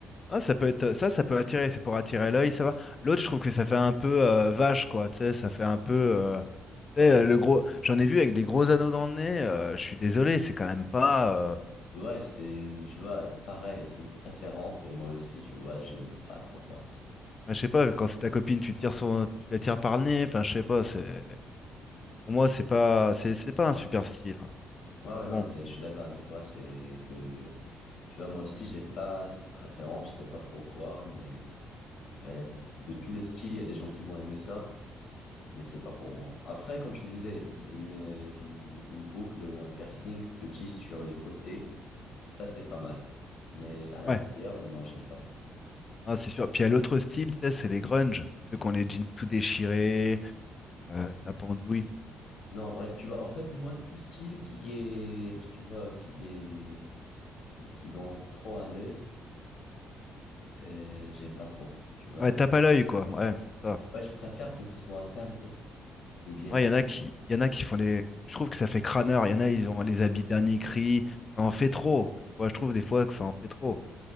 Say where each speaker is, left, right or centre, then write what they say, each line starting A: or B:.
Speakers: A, on the left; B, on the left.
A: Ah, ça peut être euh, ça, ça peut attirer, c'est pour attirer l'œil, ça va. L'autre, je trouve que ça fait un peu euh, vache, quoi. Tu sais, ça fait un peu. euh, tu
B: Ouais.
A: sais, euh, le gros, j'en ai vu avec des gros anneaux dans le nez. euh, je suis désolé, c'est quand même pas. euh,
B: Ouais, c'est une, tu vois, pareil, c'est une préférence et moi aussi, tu vois, j'aime pas trop ça.
A: enfin, je sais pas, quand c'est ta copine, tu tires son, tu la tires par le nez. Enfin, je sais pas. C'est pour moi, c'est pas, c'est c'est pas un super style. hein.
B: Ouais,
A: Donc
B: ouais,
A: bon,
B: non, je je suis d'accord avec toi, c'est que, tu vois, moi aussi, j'ai pas cette préférence, je sais pas pourquoi, mais tu vois, il y a de tous les styles, il y a des gens qui vont aimer ça, mais c'est pas pour moi. Après, comme je te disais, une, euh, une boucle ou un piercing petit sur le côté, ça, c'est pas mal. Mais à l'intérieur,
A: ouais,
B: non, j'aime pas.
A: ah, c'est sûr. Puis il y a l'autre style, tu sais, c'est les grunge. C'est ceux qui ont les jeans tout déchirés, euh, ça pendouille.
B: Non, en vrai, tu vois, en fait, moi, tout style qui est, tu vois, qui est, euh, qui donne trop à l'œil, euh, j'aime pas trop, tu vois.
A: Ouais, tape à l'œil, quoi. Ouais, c'est ça.
B: Ouais, je préfère que ça soit simple et bien
A: Ouais,
B: fait.
A: il y en a qui, il y en a qui font les. Je trouve que ça fait crâneur. Il y en a, ils ont les habits dernier cri. Ça en fait trop. Tu vois, je trouve des fois que ça en fait trop.